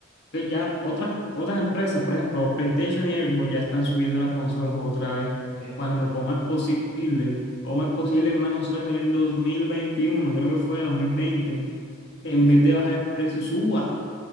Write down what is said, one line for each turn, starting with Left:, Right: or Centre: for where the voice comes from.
Left: entonces ya otras, otras empresas, por ejemplo, PlayStation y Xbox ya están subiendo
Right: sí,
Left: las consolas otra vez.
Right: eso
Left: Cuando,
Right: es.
Left: ¿cómo es posible? ¿Cómo es posible que una consola que salió en dos mil veintiuno creo que fue dos mil veinte en
Right: Sí, sí,
Left: vez de
Right: sí.
Left: bajar el precio, suba?